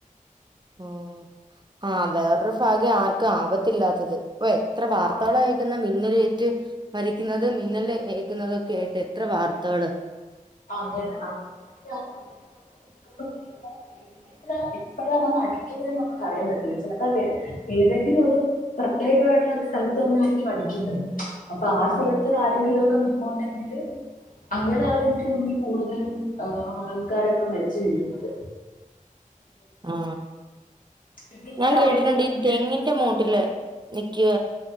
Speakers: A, on the right; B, on the left.
A: ഉം ആ വേറൊരു ഫാഗ്യം ആർക്കും ആപത്തില്ലാത്തത് ഓ എത്ര വാർത്തകളാ
B: ആ
A: കേക്ക്ന്നേ മിന്നലേറ്റ് മരി- ന്നത് മിന്നല് ഏക്കുന്നതൊക്കേയ്ട്ട് എത്ര വാർത്തകള്
B: അതെ അത <unintelligible> ഇപ്പഴാണ് അടിക്കുന്നത് നമുക്ക് അറിയാൻ പറ്റില്ല ചിലപ്പോ ഏതെങ്കിലും ഒരു പ്രത്യേകമായിട്ട്ള്ള ഒരു സ്ഥലത്ത് വന്നായിരിക്കും അടിക്കുന്നത് അപ്പൊ ആ സ്ഥലത്ത് ആരെങ്കിലും ഒക്കെ നിപ്പോണ്ടെങ്കില് അങ്ങനെയാണ് എനിക്ക് തോന്നുന്നീ കൂടുതലും ആൾക്കാരൊക്കെ മരിച്ച് വീഴ്ന്നത്
A: ആ
B: പിന്നെ
A: ഞാൻ
B: ഈ സമയത്ത്
A: കേട്ടിട്ട്ണ്ട് ഈ
B: മിന്നൽ
A: തെങ്ങിന്റെ മൂട്ടില് നി ക്യോ